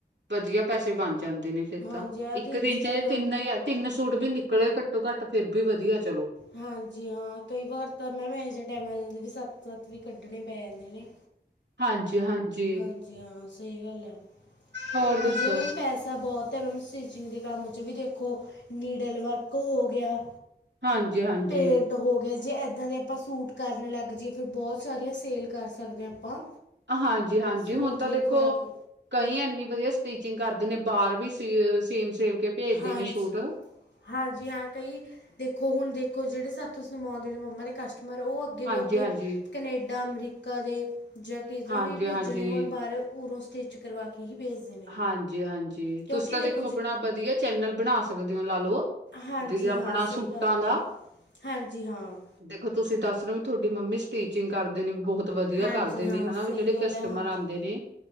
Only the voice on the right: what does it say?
ਵਧੀਆ, ਪੈਸੇ ਬਣ ਜਾਂਦੇ ਨੇ, ਫੇਰ
ਤਾਂ।
ਇੱਕ ਦਿਨ
ਚੇ
ਤਿੰਨ ਹਜਾ, ਤਿੰਨ ਸੂਟ ਵੀ ਨ ਘੱਟੋ, ਘੱਟ ਫਿਰ ਵੀ ਵਧੀਆ। ਚਲੋ
ਹਾਂਜੀ। ਹਾਂਜੀ
ਹੋਰ
ਦੱਸੋ
ਹਾਂਜੀ- ਹਾਂਜੀ।
ਹਾਂਜੀ- ਹਾਂਜੀ,
ਹੁਣ ਤਾਂ ਦੇਖੋ,
ਕਈ ਐੰਨੀ ਵਧੀਆ, ਸਟੀਚਿੰਗ ਕਰ ਦੇ ਨੇ ਬਾਹਰ ਵੀ, ਸੇਮ- ਸੇਮ ਭੇਜਦੇ
ਨੇ ਸੂਟ
ਹਾਂਜੀ
ਹਾਂਜੀ
ਹਾਂਜੀ
ਹਾਂਜੀ
ਹਾਂਜੀ- ਹਾਂਜੀ,
ਤੁਸੀਂ ਤਾਂ ਦੇਖੋ, ਆਪਣਾ
ਵਧੀਆ ਚੈਨਲ ਬਣਾ ਸਕਦੇ ਹੋ। ਲਾ ਲਓ
ਵੀ
ਆਪਣਾ
ਸੂਟਾਂ
ਦਾ
ਦੇਖੋ ਤੁਸੀਂ, ਦੱਸ ਰ ਹੋ ਵੀ ਤੁਹਾਡੇ ਮੰਮੀ ਸਟੀਚਿੰਗ ਕਰਦੇ ਨੇ, ਬਹੁਤ ਵਧੀਆ
ਕਰਦੇ
ਨੇ, ਹਨਾ
ਵੀ, ਜਿਹੜੇ
ਕਸਟਮਰ
ਆਉਂਦੇ ਨੇ।